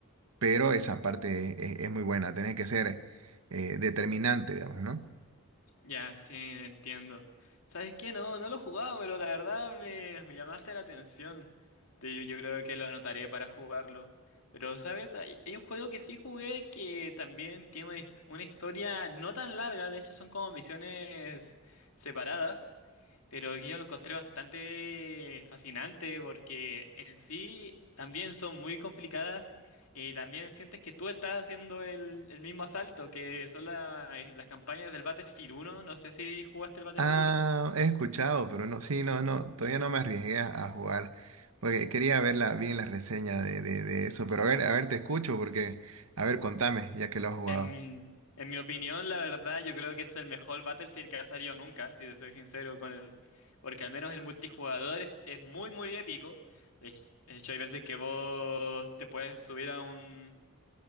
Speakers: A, on the right; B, on the left.
A: pero esa parte es, es muy buena, tenés que ser eh, determinante, digamos, ¿no?
B: Ya, sí, entiendo. ¿Sabes qué? No, no lo jugaba, pero la verdad me, me llamaste la atención. Te- Yo, yo creo que lo anotaré para jugarlo. Pero, ¿sabes? Hay, hay un juego que sí jugué que también tiene una, hist- una historia no tan larga, de hecho son como misiones separadas, pero que yo lo encontré bastante fascinante porque en sí también son muy complicadas y también sientes que tú estás haciendo el, el mismo asalto, que son la- eh, las campañas del Battlefield uno No sé si jugaste el Battlefield
A: Ah,
B: uno
A: he escuchado, pero no, sí, no, no, todavía no me arriesgué a, a jugar. Porque quería ver la, bien la reseña de, de, de eso, pero a ver, a ver, te escucho porque, a ver, contame, ya que lo has jugado.
B: En mi, en mi opinión, la verdad, yo creo que es el mejor Battlefield que ha salido nunca, si te soy sincero con él. Porque al menos el multijugador es, es muy, muy épico. De hecho, de hecho, hay veces que vos te puedes subir a un,